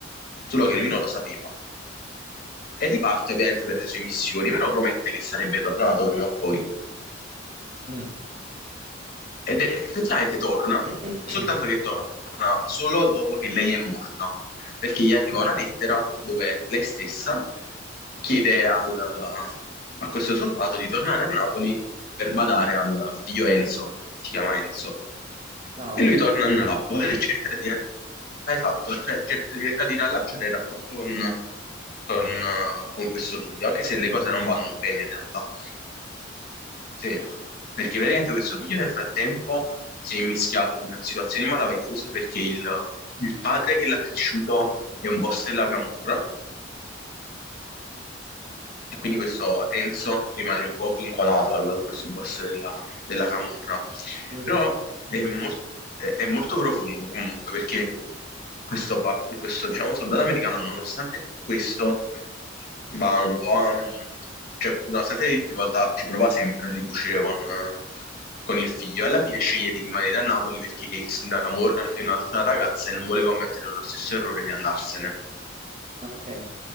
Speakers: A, on the left; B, on the right.
A: solo
B: Mm.
A: che lui non lo sapeva. E riparte ovviamente per le sue missioni, però promette che sarebbe tornato prima o poi.
B: Mm.
A: Ed effettivamente torna,
B: <clears throat>
A: soltanto che torna solo dopo che lei è morta perché gli arriva una lettera dove lei stessa chiede al- a questo soldato di tornare a Napoli per badare al figlio Enzo, si chiama Enzo.
B: Ah,
A: E
B: ok.
A: lui torna a Napoli e cerca di, ah, esatto, cioè, cer- cerca di riallacciare il rapporto con, con, eh, con questo figlio, anche
B: Col
A: se
B: Figlio.
A: le cose non vanno bene in realtà. Sì, perché veramente questo figlio nel frattempo si è mischiato in situazioni malavitose perché il, il padre che l'ha cresciuto è un boss della camorra e quindi questo Enzo rimane un po' vincolato a questo boss della della camorra.
B: Mm,
A: Però è, mol- è- è molto profondo comunque perché questo, pa- questo, diciamo, soldato americano, nonostante questo, va un po' a... cioè, nonostante le difficoltà, ci prova sempre a ricucire con, eh, con il figlio. Alla fine sceglie di rimanere a Napoli perché si innamora di un'altra ragazza e non vuole commettere lo stesso errore di andarsene.
B: ok.